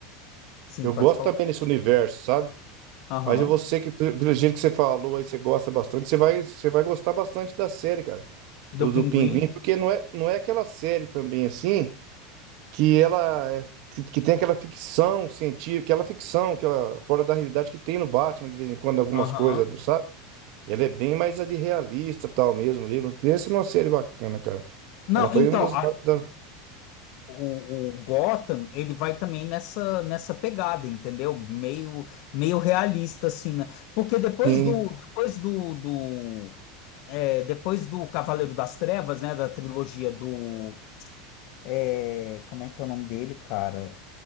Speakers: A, on the left; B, on the right.
A: sim,
B: eu
A: pode
B: gosto
A: falar.
B: também desse universo, sabe?
A: Aham.
B: Mas você que, pelo pelo jeito que você falou aí, você gosta bastante, você vai, você vai gostar bastante da série, cara. do,
A: Do
B: do
A: Pinguim.
B: Pinguim, porque não é, não é aquela série também assim que ela é- que que tem aquela ficção científica, aquela ficção que ela fora da realidade que tem no Batman de vez em quando algumas
A: Aham.
B: coisas, do- sabe? Ela é bem mais ali realista, tal mesmo, ali. Pensa numa série bacana, cara.
A: Não,
B: Ela foi
A: então,
B: uma das, das...
A: O, o Gotham, ele vai também nessa nessa pegada, entendeu? Meio meio realista assim, né? Porque depois
B: Sim,
A: do depois do, do é, depois do Cavaleiro das Trevas, né, da trilogia do é, como é que é o nome dele, cara?